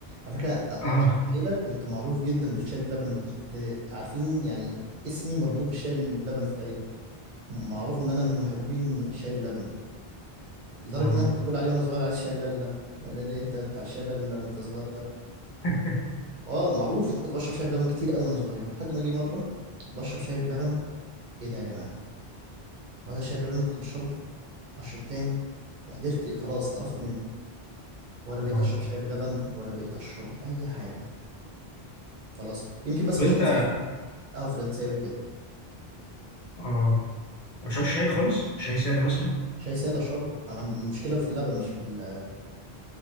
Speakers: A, on the right; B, on the left.
A: على فكره أ- انا
B: اه
A: في العيله كنت معروف جدا بالشاي بلبن وكنت عارفين يعني اسمي مربوط بالشاي بلبن في العيله معروف ان انا من محبين الشاي بلبن لدرجه
B: اه
A: ان انا كنت بقول عليه وانا صغير عايز شاي لالا لا لا انت بتاع الشاي لالا انت صغير
B: <laughs>
A: اه معروف ان انا كنت بشرب شاي بلبن كتير قوي وانا صغير لحد ما جه مره بشرب شاي بلبن ايه ده يا جماعه هو ده الشاي بلبن اللي كنت بشربه اشرب تاني ما قدرت خلاص اتقرفت منه ولا بقيت
B: اه طب
A: اشرب شاي بلبن ولا بقيت اشرب اي حاجه خلاص يمكن بس
B: انت
A: بشرب نسكافيه قهوه فرنساوي كده
B: اه ما بتشربش شاي خالص شاي ساده مثلا
A: شاي ساده اشربه انا عندي مشكله في اللبن مش في ال-